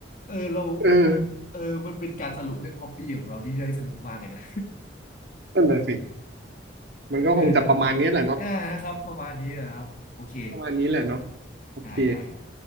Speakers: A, on the left; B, on the right.
A: เออเรา
B: เออ
A: เออมันเป็นการสรุปเรื่องฮอปปี้ของเราที่ได้สนุกมากเลยนะ
B: นั่นแหละสิมันก็คงจะประมาณนี้แหละเนาะ
A: เออนะเออนะครับประมาณนี้นะครับโอเค
B: ประมาณนี้แหละเนาะโอเค
A: ได้ได้ได้